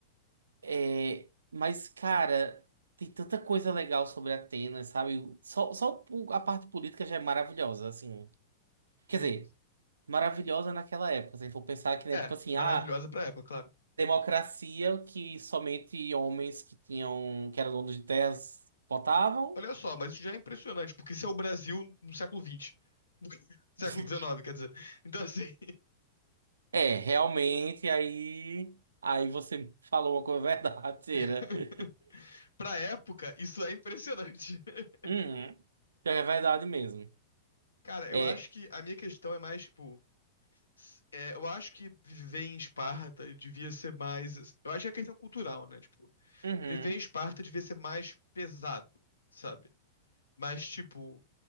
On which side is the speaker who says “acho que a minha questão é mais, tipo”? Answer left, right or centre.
Left